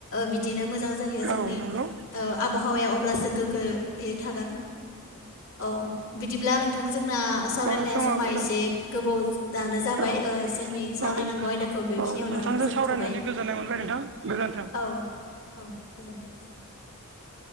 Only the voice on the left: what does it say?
बिदिनो मोजां जायो जोंनि
आबहावाया अब्लासो गोग्गोयै थागोन। औ बिदिब्ला नोंथां जोंना सावरायनाया
समा एसे गोबाव जानो जाबाय
जोंनि सावरायनांगौ
आयदा खो बेखिनियावनो
फोजोबथ'बाय
औ औ गोजोन्थों।